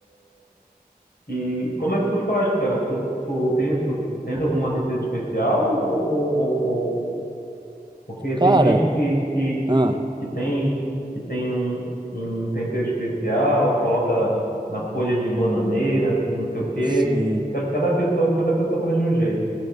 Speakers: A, on the left; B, on the right.
A: e como é que tu faz, cara? Tu, tu, tem, tu tens alguma receita especial? Ou, ou- ou- porque tem
B: Cara,
A: gente que, que,
B: ah,
A: que, que tem, que tem um, um tempero especial, coloca na folha de bananeira, não sei o quê.
B: sim.
A: Ca- Cada pessoa, cada pessoa faz de um jeito.